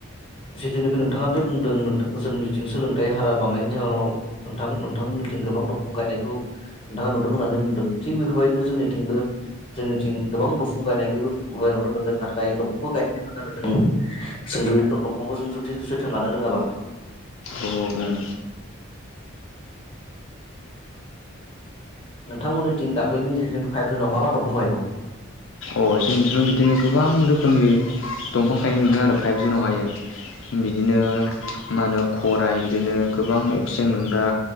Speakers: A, on the left; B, on the left.
A: जिथिनिखि नोंथांङादि बुंदों जोंनिथिं सोलोंथाइ हारा बांनायनि जाहोनाव नोंथां नोंथांमोननिथिं गोबां दंफां गायनायखौ नोंथांङा नुदों होननानै बुंदों थिग बेफोर बायदिनो जोंनिथिंबो-जोंनिथिं गोबां दंफां गायनायखौ नुनो मोनदों नाथाय दंफांखौ गायनायनि उनाव जों दंफांखौ जों जुदि जोथोन लानो रोंङाबा।
B: औ उम
A: नोंथां मोननिथिं दाख्लैनि जे फाइभ जुनाव मा मा दंफां गायखौ
B: अ जों बिदिनो गोबां रोखोमनि दंफां गायनाय नुदों आरो फाइभ जुनावहायो बिदिनो मा होनो खराय बिदिनो गोबां अक्सिजेन मोनग्रा